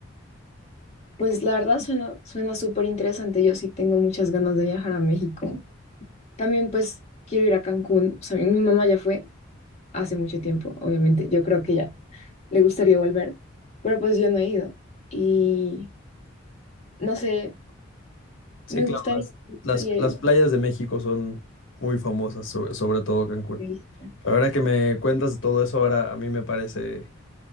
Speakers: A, on the left (about 35°); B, on the left (about 65°).
A: pues la verdad suena, suena súper interesante. Yo sí tengo muchas ganas de viajar a México. También pues quiero ir a Cancún. O sea, mi mi mamá ya fue. hace mucho tiempo, obviamente. Yo creo que ya le gustaría volver, pero pues yo no he ido. Y no sé,
B: Sí,
A: me
B: claro,
A: gustaría,
B: las,
A: me gustaría
B: las, las
A: ir.
B: playas de México son muy famosas, sobre, sobre todo Cancún.
A: ¿Qué he visto.
B: Pero ahora que me cuentas de todo eso, ahora a mí me parece